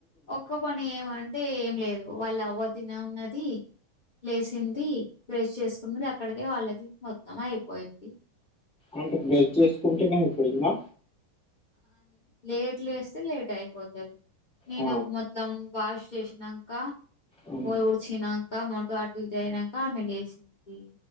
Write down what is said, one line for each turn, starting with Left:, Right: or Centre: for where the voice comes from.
Left: ఒక్క పని ఏమంటే ఏం లేదు వాళ్ళు వదిన ఉన్నది లేసింది పేస్ చేసుకున్నది అక్కడికే వాళ్ళది మొత్తం అయిపోయింది
Centre: అంటే బేజ్ చేసుకుంటేనే అయిపోయిందా
Left: లేట్ లేస్తే లేట్ అయిపోతుంది నేను
Centre: ఆ,
Left: మొత్తం వాష్ చేసినాక
Centre: అవును,
Left: ఊడిచినాక మొంట అటు ఇట్ అయినాక ఆమె లేసింది